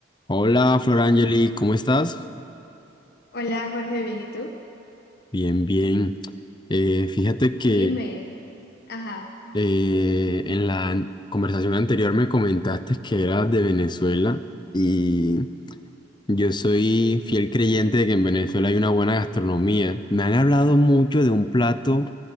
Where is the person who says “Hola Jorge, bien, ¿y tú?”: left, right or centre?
Left